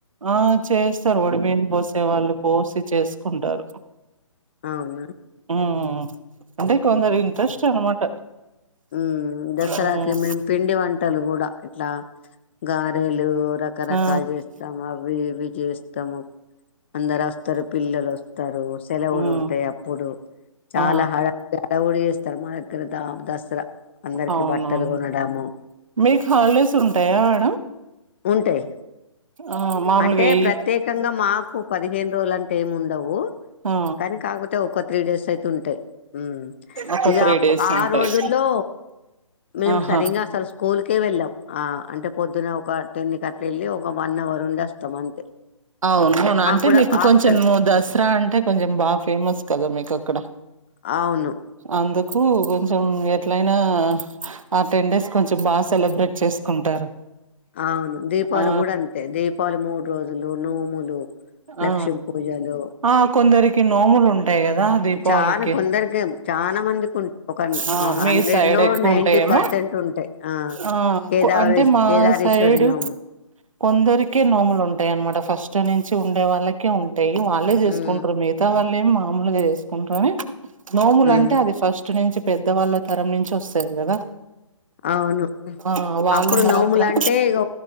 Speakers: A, on the right (about 75°); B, on the left (about 20°).
A: ఆ చేస్తారు ఒడిబియ్యం, పోసే వాళ్ళు పోసి చేసుకుంటారు.
B: అవునా
A: ఉ అంటే కొందరు ఇంట్రెస్ట్ అనమాట.
B: ఉ దసరాకి,
A: ఉమ్
B: మేము పిండి వంటలు గూడా ఇట్లా గారేలు. రకరకాలు
A: ఆ
B: చేస్తాము అవి ఇవి చేస్తాము అందరు వస్తారు. పిల్లలు వస్తారు. సెలవులు
A: ఉమ్
B: ఉంటయి అప్పుడు చాలా
A: ఆ
B: హడవుడిఎస్త. తర్మనగ్గర దమ్ దాస్ ఇలా అందరికి
A: అవునవును
B: బట్టలు కొనడము
A: మీకు హాలిడేస్ ఉంటాయా మేడం
B: ఉంటాయి
A: ఆ మామూలుగా
B: అంటే
A: ఈ
B: ప్రత్యేకంగా మాకు పదిహేను రోజుల అంటే ఏమి ఉండవు
A: ఆ
B: కానీ కాకపోతే ఒక త్రీ డేస్ అయితే ఉంటాయి మ్మ్
A: ఒక
B: ఇక
A: త్రీ
B: అప్
A: డేస్
B: ఆ
A: ఉంటాయి
B: రోజు రోజుల్లో మేము
A: ఆహా
B: సరింగా అసలు స్కూల్కే వెళ్ళాం ఆ అంటే పొద్దున ఒక టెన్ కి అట్ల వెళ్ళి ఒక వన్ అవర్ ఉండి వస్తాం అంతే
A: అవును
B: మాకు
A: అంటే
B: కూడా
A: మీకు
B: హాఫ్
A: కొంచెం
B: టైమ్
A: దసరా అంటే కొంచెం బాగా ఫేమస్ కదా మీకు అక్కడ
B: అవును
A: అందుకు కొంచెం ఎట్లయినా ఆ టెన్ డేస్ కొంచెం బాగా సెలబ్రేట్ చేసుకుంటారు
B: అవును దీపావళి
A: ఆ
B: కూడా అంతే దీపావళి మూడు రోజులు నోములు లక్ష్మి
A: ఆ
B: పూజలో
A: ఆ కొందరికి నోములు ఉంటాయి కదా దీపావళికి
B: చానా కొందరికి చానా మందికి ఉం ఒక
A: ఆ
B: హండ్రెడ్
A: మీ సైడ్
B: లో
A: ఎక్కువ
B: నైన్టీ
A: ఉంటాయేమో
B: పర్సెంట్ ఉంటాయి.
A: ఆ
B: కేదావరి
A: అంటే మా
B: కేదారేశ్వరి
A: సైడు
B: నోము
A: కొందరికే నోములు ఉంటాయి అన్నమాట ఫస్ట్ నుంచి ఉండే వాళ్ళకే ఉం వాళ్ళే చేసుకుంటారు
B: ఉమ్
A: మిగతా వాళ్ళేమి మామూలుగా చేసుకుంటారు నోములు
B: ఉమ్
A: అంటే అది ఫస్ట్ నుంచి పెద్దవాళ్ళ తరం నుంచి ఒస్తది కదా
B: అవును
A: ఆ వాళ్ళు
B: అప్పుడు
A: మాత్రం
B: నోముల అంటే ఇగ